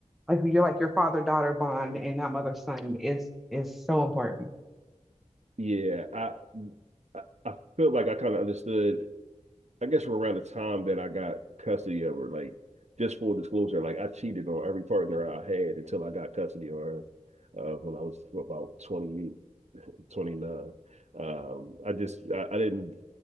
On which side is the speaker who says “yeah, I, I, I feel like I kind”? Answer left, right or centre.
Right